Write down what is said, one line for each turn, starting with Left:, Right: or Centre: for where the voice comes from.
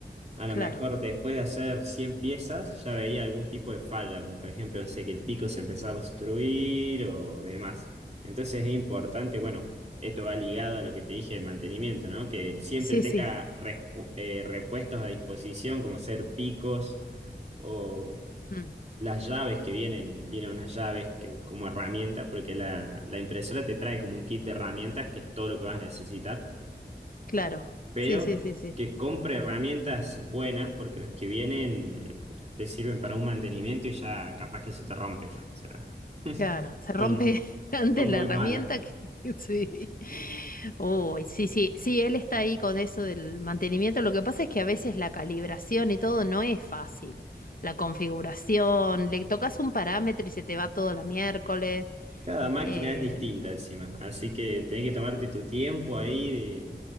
Right: a lo
Left: claro.
Right: mejor después de hacer 100 piezas ya veía algún tipo de falla, como por ejemplo, no sé, que el pico se empezaba a obstruir o demás. Entonces es importante, bueno, esto va ligado a lo que te dije de mantenimiento, ¿no? Que siempre
Left: Sí,
Right: tenga
Left: sí.
Right: respu- eh, repuestos a disposición, como ser picos o
Left: Mm.
Right: las llaves que vienen, vienen unas llaves que, como herramienta, porque la, la impresora te trae como un kit de herramientas que es todo lo que vas a necesitar
Left: Claro,
Right: pero
Left: sí, sí, sí, sí.
Right: que compre herramientas buenas, porque las que vienen te sirven para un mantenimiento y ya capaz que se te rompe. O sea, <laughs>
Left: Claro, se rompe
Right: son muy,
Left: <laughs> antes
Right: son muy
Left: la herramienta
Right: malas.
Left: que... <laughs> Sí. Uy, sí, sí, sí, él está ahí con eso del mantenimiento. Lo que pasa es que a veces la calibración y todo no es fácil. La configuración, le tocas un parámetro y se te va todo la miércoles.
Right: Cada máquina
Left: Eh,
Right: es distinta encima, así que tenés que tomarte tu tiempo ahí de...